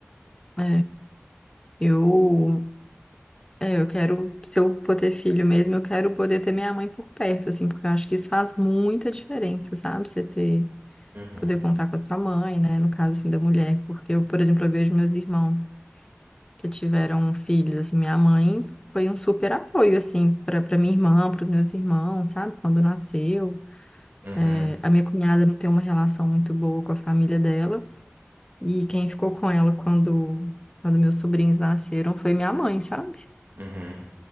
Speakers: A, on the left; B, on the right.
A: É, eu, é, eu quero, se eu for ter filho mesmo, eu quero poder ter minha mãe por perto, assim, porque eu acho que isso faz muita diferença, sabe? Você ter,
B: Uhum,
A: poder contar com a sua mãe, né? No caso, assim, da mulher, porque eu, por exemplo, eu vejo meus irmãos que tiveram filhos, assim, minha mãe foi um super apoio, assim, para para minha irmã, para os meus irmãos, sabe? Quando nasceu.
B: uhum,
A: É, a minha cunhada não tem uma relação muito boa com a família dela, e quem ficou com ela quando, quando meus sobrinhos nasceram foi minha mãe, sabe?
B: uhum,